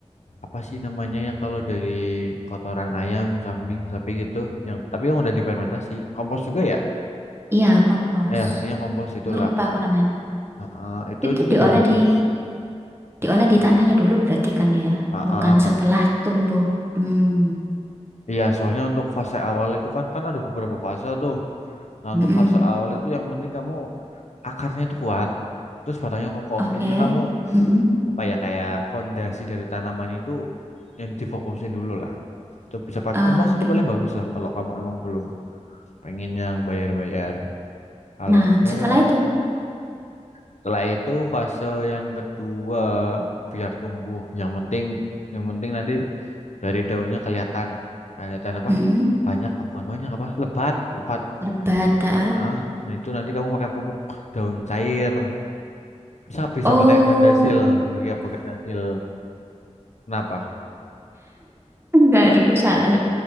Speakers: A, on the left; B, on the right.
A: apa sih namanya yang kalau dari kotoran ayam, kambing, sapi gitu yang tapi yang udah difermentasi. Kompos juga ya?
B: Iya, kompos.
A: Eh, ininya kompos itulah.
B: Lupa aku namanya.
A: Heeh, itu
B: Itu
A: itu
B: diolah
A: juga bagus.
B: di diolah di tanahnya dulu berarti kan ya.
A: Heeh.
B: Bukan setelah tumbuh. Hmm.
A: Iya, soalnya untuk fase awal itu kan kan ada beberapa fase tuh. Nah,
B: Mm-mm.
A: untuk fase awal itu yang penting kamu akarnya itu kuat, terus batangnya kokoh.
B: Oke.
A: Ininya kamu
B: Mm-mm.
A: apa ya kayak fondasi dari tanamannya itu yang difokusin dulu lah. Itu bisa pakai
B: Oke.
A: kompos itu paling bagus lah kalau kamu emang belum pengen yang bayar-bayar. Kalau
B: Nah,
A: enggak
B: setelah
A: ya
B: itu,
A: setelah itu fase yang kedua biar tumbuh. Yang penting yang penting nanti dari daunnya kelihatan kelihatan apa?
B: mm
A: Banyak bukan banyak apa? Lebat, lebat kok.
B: lebat, ah.
A: Heeh. Nah, itu nanti kamu pakai pupuk daun cair. Bisa bisa
B: Oh,
A: pakai gandasil, pakai apa gandasil. Kenapa?
B: <laughs> enggak dulu salah.